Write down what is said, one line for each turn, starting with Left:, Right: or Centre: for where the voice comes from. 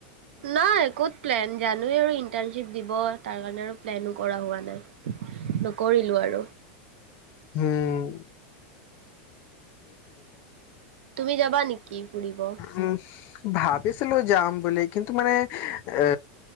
Right: নাই ক'ত প্লেন জানোৱ আৰু ইন্টাৰ্শ্বিপ দিব তাৰ কাৰণে আৰু প্লেনো কৰা হোৱা নাই নকৰিলোঁ আৰু
Left: হম
Right: তুমি যাবা নেকি ফুৰিব
Left: উম ভাবিছিলো যাম বুলি কিন্তু মানে অ